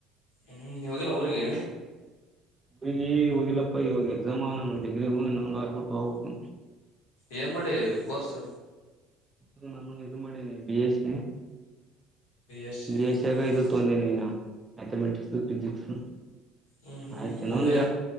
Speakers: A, on the left (about 80°); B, on the right (about 25°).
A: ಹ್ಮ್ ನೀವಾಗಲ್ಲ ಅವ್ರರಿಗೆ
B: ಹುಡುಗೀ ಹೋಗಿಿಲ್ಲಪ್ಪ ಇವಾಗ ಎಕ್ಸಾಮ್ ನನ್ನ ಡಿಗ್ರಿ ಹೂ ನಮಗೆ ಆರ್ಬಿಟ್ಟು ಹ್ಕು
A: ಏನ್ ಮಾಡಿ ಕೋರ್ಸ್
B: ಹ ನು ಇದು ಮಾಡೆ ಬಸ್
A: ಎಸ್ ಸಿ
B: ಬಿ ಎಸ್ಾಗ
A: ಹ್ಮ್
B: ಇದು ತೊಂದನ್ನ ಮ್ಯಾಥಮೆಟಿಕ್ಸ್ ಫಜಿಕ್ಸ್
A: ಹ್ಮ್ ಹ್ಮ್
B: ಆಯ್ತ ನ
A: ಮುಂದೆ
B: ಒಂದ